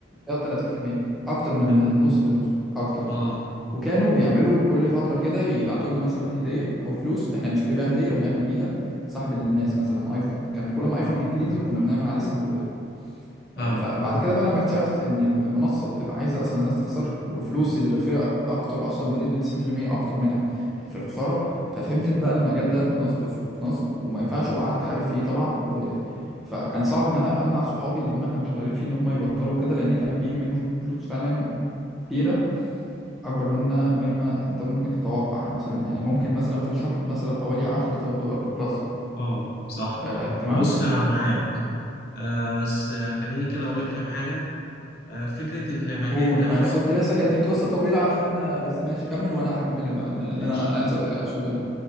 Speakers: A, in the centre; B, on the left.
A: او 30% اكتر من
B: بت...
A: نص بالنص اكتر
B: اه
A: وكانوا بيعملوا كل فترة كده يبعتوا لنا مثلا هدية او فلوس احنا نشتري بيها هدية او نعمل بيها سحب الناس مثلا ايفون كان كل ما ايفون
B: اه
A: جديد ينزل كنا بنعمل عليه سحب وكده
B: فاهمك
A: آه، فبعد كده بقى لما اكتشفت ان المنصه بتبقى عايزه اصلا الناس تخسر وفلوس الرفيع اكتر اصلا بنسبه 90% اكتر منها في الخساره ففهمت بقى المجال ده نصب في نصب وما ينفعش وقعدت احارب فيه طبعا و... فكان صعب ان انا امنع صحابي اللي هم كانوا شغالين فيه ان هم يبطلوا كده لان كان بيجي منه فلوس فعلا كتيره اكبر منها مما انت ممكن تتوقع يعني مثلا يعني ممكن مثلا في الشهر مثلا حوالي 10000 دولار بلس
B: اه صح
A: آه، تمام
B: بص انا معاك آه بس آه خليني كده
A: آه،
B: اقول لك كام حاجه آه فكره المجال
A: قول
B: ده
A: ما
B: نصب
A: انا كنت لسه كانت القصه طويله عشان بس ماشي كمل وانا هكمل لك بقى اللي
B: ماشي
A: انا عايز اقصده يعني